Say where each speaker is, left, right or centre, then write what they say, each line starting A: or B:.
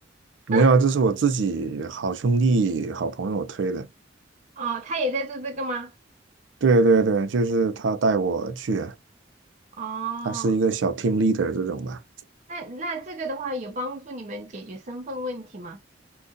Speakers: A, on the right (about 80°); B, on the right (about 40°).
A: 没有啊，
B: <laughs>
A: 这是我自己好兄弟、好朋友推的。
B: 哦，他也在做这个吗？
A: 对对对，就是他带我去啊，
B: 哦，
A: 他是一个小 team leader 这种吧。
B: 那那这个的话有帮助你们解决身份问题吗？